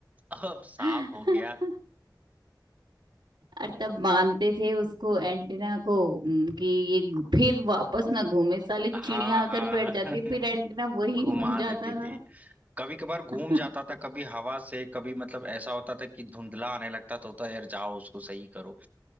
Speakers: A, on the right; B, on the right.
A: अब साफ
B: <laughs>
A: हो गया
B: और तब मानते थे उसको एंटीना को उम, कि ये घु- फिर वापस ना घूमे साली
A: हाँ
B: चिड़िया आकर
A: हाँ
B: बैठ
A: <laughs>
B: जाती फिर एंटीना वही
A: घुमा
B: घूम जाता
A: देती थी
B: था
A: कभी कभार घूम
B: <laughs>
A: जाता था कभी हवा से कभी मतलब ऐसा होता था कि धुंधला आने लगता तो होता यार जाओ उसको सही करो